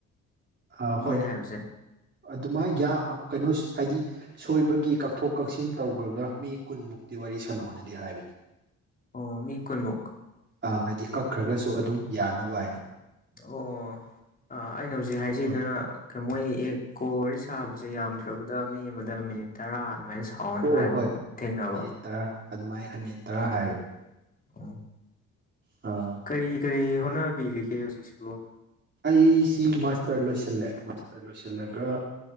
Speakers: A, on the right; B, on the left.
A: ꯑꯥ ꯍꯣꯏ
B: ꯃꯣꯏꯅꯦ ꯍꯥꯏꯕꯁꯦ
A: ꯑꯗꯨꯃꯥꯏ ꯀꯩꯅꯣ ꯍꯥꯏꯗꯤ ꯁꯣꯏꯕꯒꯤ ꯀꯛꯊꯣꯛ ꯀꯛꯁꯤꯟ ꯇꯧꯈ꯭ꯔꯒ ꯃꯤ ꯀꯨꯟꯃꯨꯛꯇꯤ ꯋꯥꯔꯤ ꯁꯥꯟꯅꯣꯅꯗꯤ ꯍꯥꯏꯕꯅꯤ
B: ꯑꯣ ꯃꯤ ꯀꯨꯟꯃꯨꯛ
A: ꯑ ꯍꯥꯏꯗꯤ ꯀꯛꯈ꯭ꯔꯒꯁꯨ ꯑꯗꯨꯝ ꯌꯥꯅꯕ ꯍꯥꯏꯅ
B: ꯑꯣ ꯑꯩꯅ ꯍꯧꯖꯤꯛ ꯍꯥꯏꯖꯩꯗꯅ
A: ꯍꯣꯏ
B: ꯑꯗꯣ ꯃꯣꯏ ꯍꯦꯛ ꯀꯣꯜ ꯋꯥꯔꯤ ꯁꯥꯕꯁꯦ ꯌꯥꯝꯗ꯭ꯔꯕꯗ ꯃꯤ ꯑꯃꯗ ꯃꯤꯅꯤꯠ ꯇꯔꯥ ꯑꯗꯨꯃꯥꯏꯅ ꯁꯥ ꯊꯥꯎꯅ
A: ꯑꯣ
B: ꯍꯥꯏꯕ
A: ꯑꯣ ꯍꯣꯏ
B: ꯊꯦꯡꯅꯕ
A: ꯃꯤꯅꯤꯠ ꯇꯔꯥ ꯑꯗꯨꯃꯥꯏꯅ ꯍꯥꯏꯃꯤꯠ ꯇꯔꯥ ꯍꯥꯏꯕꯅꯦ
B: ꯑ
A: ꯑꯥ
B: ꯀꯔꯤ ꯀꯔꯤ ꯍꯣꯠꯅꯕꯤꯔꯤꯒꯦ ꯍꯧꯖꯤꯛꯁꯨ
A: ꯑꯩꯁꯤ ꯃꯥꯁꯇꯔ ꯂꯣꯏꯁꯤꯜꯂꯦ ꯃꯥꯁꯇꯔ ꯂꯣꯏꯁꯤꯜꯂꯒ